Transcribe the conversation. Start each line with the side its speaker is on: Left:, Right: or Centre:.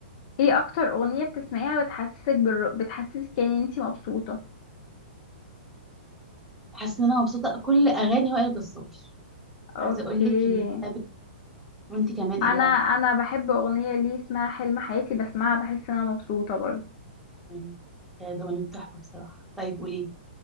Left: ايه اكتر اغنيه بتسمعيها بتحسسك بالر... بتحسسك يعني ان انتي مبسوطه
Centre: حاسه ان انا مبسوطه كل اغاني وائل جسار
Left: اوكي
Centre: عايزه اقول لك ان أنا ب- وانت كمان ايه
Left: انا
Centre: بقى
Left: انا بحب اغنيه ليه اسمها حلم حياتي بسمعها بحس ان انا مبسوطه برضه
Centre: مم. آه، ده أغنية تحفه بصراحه طيب قولي لي